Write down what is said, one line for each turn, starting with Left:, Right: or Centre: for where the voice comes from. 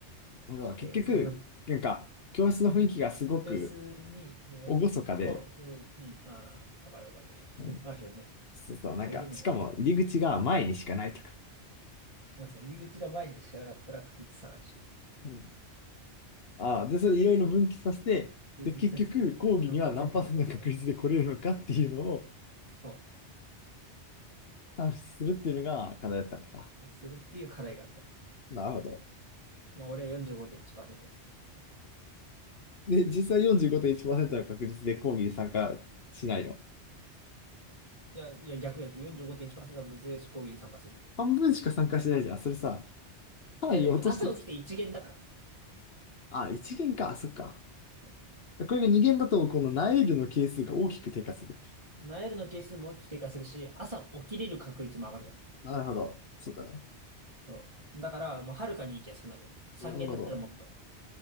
Left: あ、だから結局、
Right: で、その
Left: なんか、教室の雰囲気がすごく
Right: ベースに、うんの、
Left: 厳かで、
Right: ちょっと、うん、ああ、わかるわかる。
Left: うん
Right: <laughs> あるよね。
Left: そうそう、
Right: 入れねえな。
Left: なんか、しかも入り口が前にしかないとか。
Right: なんかそう入り口が前にしかなかったら確率下がるし、
Left: うんああ、で、それいろいろ分岐させて、
Right: ルームにさして何パーセントになりますか
Left: で、結局、講義には何パーセントの確率で来れるのかっていうのを
Right: そ
Left: 算出するっていうのが課題だったわけか。
Right: う。するっていう課題があった。
Left: なるほど。
Right: まあ俺は45.1%だ。
Left: で、実際45.1%の確率で講義に参加しないよ。
Right: いや、いや、逆逆、45.1%の確率で講義に参加するの。
Left: 半分しか参加してないじゃん。それさ、単位落としてるじゃん。
Right: いや、でも朝起きて一限だから。
Left: あ、1限か、そっか。
Right: そう
Left: これが2限だと、このナイルの係数が大きく低下する。
Right: ナイルの係数も大きく低下するし、朝起きれる確率も上がるじゃん。
Left: なるほど。そうだね。
Right: そう。だから、もうはるかに行きやすくなるよね。3限だったらもっと。
Left: なるほど。